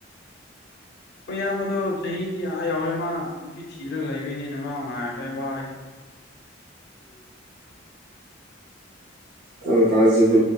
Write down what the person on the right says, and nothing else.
ꯎꯝ ꯀ ꯀꯁꯤ ꯄꯨ